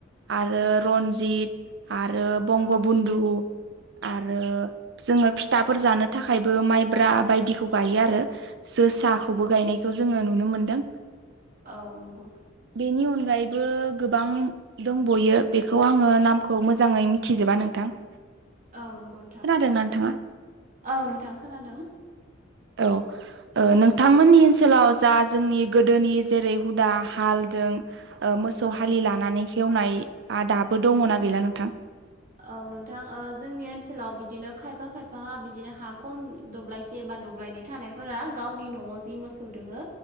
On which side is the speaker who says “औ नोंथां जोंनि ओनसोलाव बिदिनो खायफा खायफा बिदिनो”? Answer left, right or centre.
Right